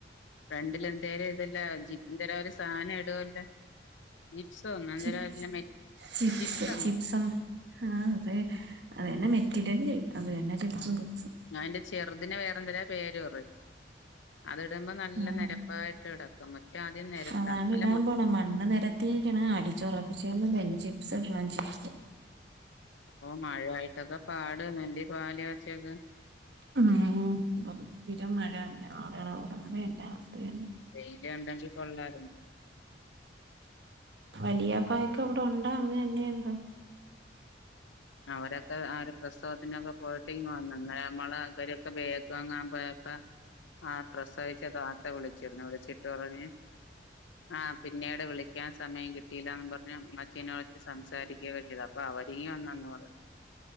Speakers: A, on the left; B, on the right.
A: ഫ്രണ്ടിൽ എന്തേലും ഇതെല്ലാം വെച്ച്. എന്തോര് ഒരു സാധനം ഇടൂലെ ചിപ്സ് എന്നോ ഞങ്ങടെ
B: ചി
A: നാട്ടിലും മോ
B: ചിപ്സ്
A: ചിപ്സം.
B: ചിപ്സും ആഹ് അതെ അത് തന്നെ മെറ്റിരല്ലേ അത് തന്നെ ചിപ്സും കപ്സും.
A: ഞാൻ അതിന്റെ ചെറുതിന് വേറെ എന്തോരോ പേര് പറയും. അത് ഇടുമ്പോൾ നല്ല
B: ആഹ്
A: നിരപ്പായിട്ട് കിടക്കും മറ്റേ ആദ്യം നേരത്താണം
B: അതാണ്
A: നല്ല
B: ഇടാൻ
A: മുറ്റം.
B: മണ്ണ് നിരത്തി. ക്കേണ് അടിച്ച് ഉറപ്പിച്ചന്നെ ചിപ്സ് ഇടണം ചിപ്സാം.
A: ഓഹ് മഴായിട്ടൊക്കെ പാട നെന് പാല് ച്ചൊക്കെ
B: ഉം ഇപ്പം സ്ഥിരം മഴല്ല ആളുകളെ <unintelligible>
A: വെയില ഉണ്ടെങ്കി കൊള്ളായിരുന്നു
B: വലിയ പായക്ക അവിടെ ഉണ്ടോ അങ്ങ് ന്നെ എന്തോ
A: അവരൊക്കെ ആഹ് ഒരു പ്രസവത്തിനൊക്കെ പോയിട്ട് ഇ വന്നന്ന നമ്മള് അവരൊക്കെ ഭേഗ വങ്ങാൻ പോയപ്പ ആഹ് പ്രസവിച്ച താത്ത വിളിച്ചിരുന്നു വിളിച്ചിട്ട് പറഞ്ഞ് ആഹ് പിന്നീട് വിളിക്കാൻ സമയം കിട്ടിയിലാന്ന് പറഞ്ഞ് മച്ചീനെ വിളിച്ച് സംസാരിക്ക <unintelligible> പ്പ അവരീം വന്നന്നോ